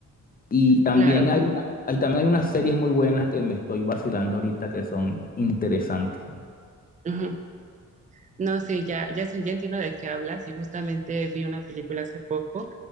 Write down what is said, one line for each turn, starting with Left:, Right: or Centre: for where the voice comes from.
Left: Y también
Right: Claro.
Left: hay, hay- también hay unas series muy buenas que me estoy vacilando ahorita que son interesantes.
Right: ujú. No, sí, ya, ya, sé- ya entiendo de qué hablas y justamente vi una película hace poco